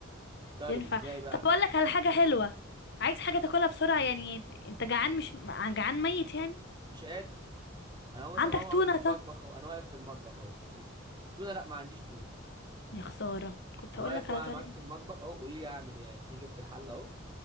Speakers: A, on the right; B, on the left.
A: طيب
B: ينفع
A: ازاي بقى
B: طب اقول لك على حاجة حلوة عايز حاجة تاكلها بسرعة يعني انت انت جعان مش جعان ميت يعني
A: مش قادر انا هو مثلا
B: عندك
A: هو
B: تونة
A: واقف في المطبخ
B: طه
A: اهو انا واقف في المطبخ اهو ل- تونه لا ما عنديش تونه
B: يا خسارة كنت
A: انا
B: هقول
A: واقف
B: لك
A: أهو
B: على طريقة
A: معاكي في المطبخ اهو قولي لي اعمل ايه اديني جبت الحله اهو